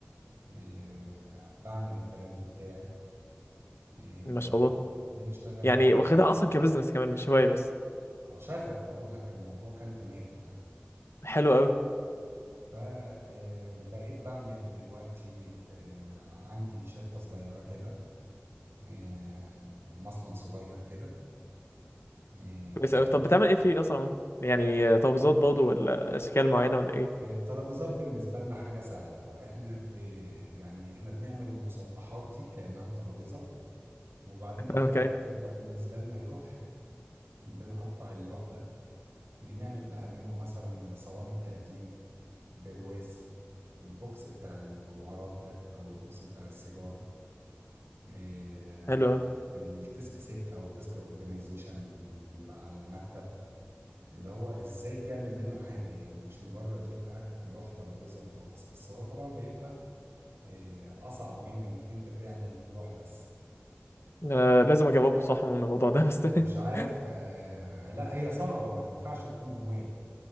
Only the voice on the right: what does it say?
آه، بعمل البراند بتاعي آه،
هو
بنشتغل
ب
آه، شغف بقول لك الموضوع كل دماغي يعني
فبقيت بعمل دلوقتي آه، عندي شركة صغيرة كده آه، مصنع صغير كده إيه،
الترابيزات بالنسبة لنا حاجة سهلة احنا ب... يعني احنا بنعمل المسطحات دي كأنها ترابيزة وبعدين دي تبقى
بتبقى بالنسبة لنا لوح بنقطع اللوح ده يعني نعمل بقى منه مثلا صواني التقديم برواز البوكس بتاع المجوهرات ده او البوكس بتاع السيجار إيه،
الديسك سيت او الديسك اورجانيزيشن اللي بيبقى على المكتب اللي هو ازاي تعمل منه حاجة يعني مش مجرد يبقى لوح ترابيزة وخلاص بس هو طبعا بيبقى آه، أصعب من إنك أنت تعمل لوح بس
مش
عارف آه، لا هي صعبة ما تنفعش تكون هواية